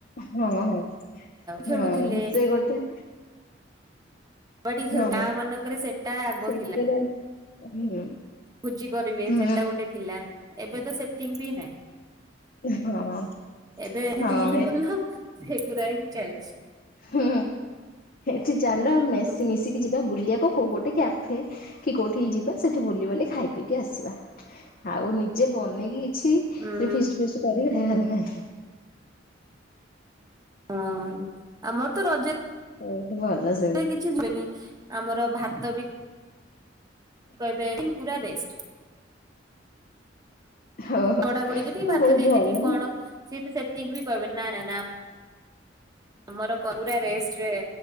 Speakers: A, on the left; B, on the right.
A: ହଁ ହଁ
B: ଖେଳୁଥିଲେ
A: ହଁ। ସେଇ ଗୋଟେ
B: ବାଡ଼ି ଖେଳ।
A: ହଁ
B: ଗାଁ ମାନଙ୍କରେ ସେଟା ଆଗ
A: ସେଗୁରା
B: ଥିଲା।
A: ହୁଁ।
B: ଭୋଜି କରିବେ
A: ହୁଁ
B: ସେଟା ଗୋଟେ ଥିଲା ଏବେ ତ ସେତିକି ବି ନାହିଁ।
A: ହଁ
B: ଏବେ
A: ହଁ
B: ରିଲ୍
A: ଏ
B: ଭଲ ସେଗୁରା ହିଁ ଚାଲିଛି।
A: ହୁଁ ଏଠି ଚାଲ ମିଶି
B: ହୁଁ
A: ମିଶିକି ଯି ବୁଲିବାକୁ କୋଉ ଗୋଟେ କ୍ୟାଫେ କି କୋଉଠିଇ ଯିବା ସେଠି ବୁଲି ବାଲି ଖାଇ ପିଇକି ଆସିବା। ଆଉ ନିଜେ ବନେଇକି କିଛି
B: ହୁଁ
A: ଫିଷ୍ଟ ଫିଷ୍ଟ କରିି <unintelligible>
B: ହଁ ଆମର ତ ରଜ
A: ହଉ ତୁ ଭଲସ
B: କିଛି ହୁଏନି ଆମର ଭାତ ବି କହିବେ ପୁରା ରେଷ୍ଟ।
A: ହଉ ହଉ
B: ବଢା ବୁଢିକି ଟିକେ
A: ତ
B: ଭାତ
A: ବହୁତ
B: ଦେଇଦେ
A: ଭଲ
B: କି କଣ ସିଏ ତ ସେତିକି ବି କହିବେନି ନା ନା ନା। ଆମର କ ପୁରା ରେଷ୍ଟରେ